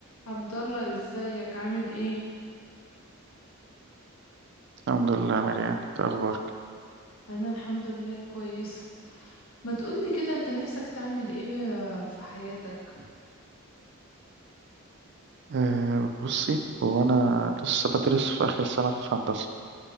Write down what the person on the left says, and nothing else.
عبد الله ازيك عامل ايه
انا الحمد لله كويسه ما تقولي كده انت نفسك تعمل ايه في في حياتك